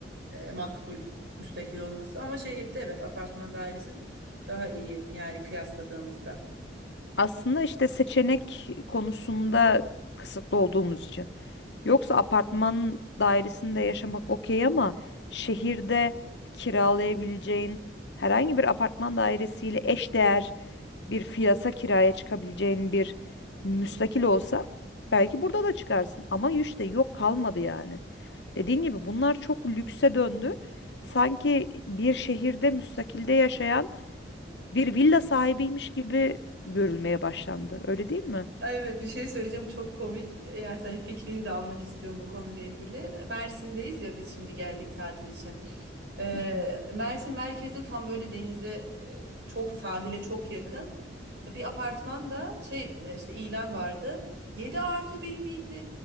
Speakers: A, on the right; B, on the left.
A: e, makbul müstakil olması ama şehirde evet apartman dairesi daha iyi yani kıyasladığımızda.
B: Aslında işte seçenek konusunda kısıtlı olduğumuz için. Yoksa apartman dairesinde yaşamak okey ama şehirde kiralayabileceğin herhangi bir apartman dairesiyle eşdeğer bir fiyata kiraya çıkabileceğin bir müstakil olsa belki burada da çıkarsın. Ama işte yok kalmadı yani. Dediğin gibi bunlar çok lükse döndü. Sanki bir şehirde müstakilde yaşayan bir villa sahibiymiş gibi görülmeye başlandı. Öyle değil mi?
A: Ay Evet bir şey söyleyeceğim çok komik. Yani senin fikrini de almak istiyorum bu konuyla ilgili. Mersin'deyiz ya biz şimdi geldik tatil için. Ee,
B: Hı hı.
A: Mersin merkezde tam böyle denize e, çok sahile çok yakın. Bir apartmanda şey işte ilan vardı. yedi artı bir miydi?